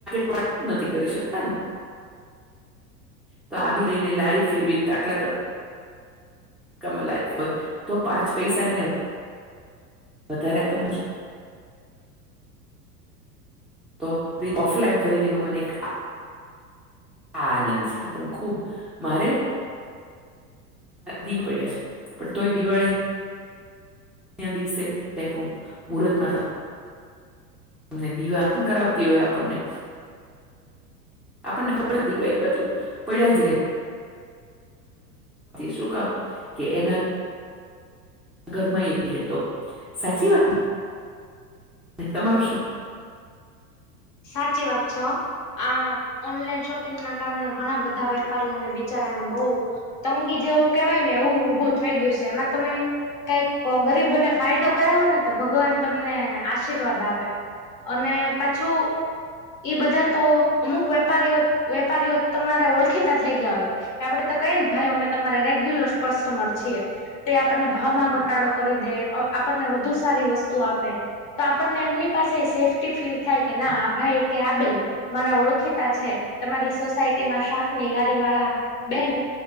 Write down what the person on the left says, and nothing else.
સાચી વાત છે. આ ઓનલાઈન શોપિંગ ના કારણે ઘણા બધા વેપારીઓને બચારાને બહ તંગી જેવું કેવાય ને એવું ઊભું થઈ ગયું છે. એમાં તમે કઈક ગરીબોને ફાયદો કરાયો ને તો ભગવાન તમને આશીર્વાદ આપે. અને પાછું? એ બધા તો અમુક વેપારીઓ વેપારીઓ તમારે ઓળખીતા થઈ ગયા હોય. આપડે તો કઈએ ને ભાઈ અમે તમારા રેગ્યુલર કસ્ટમર છીએ. તે આપણને ભાવમાં ઘટાડો કરી દે આપણને વધુ સારી વસ્તુ આપે. તો આપણને એમની પાસે સેફ્ટી ફીલ થાય કે ના ભાઈ કે આ બેેન મારા ઓળખીતા છે. તમારી સોસાયટી માં શાકની લારી વાળા બેન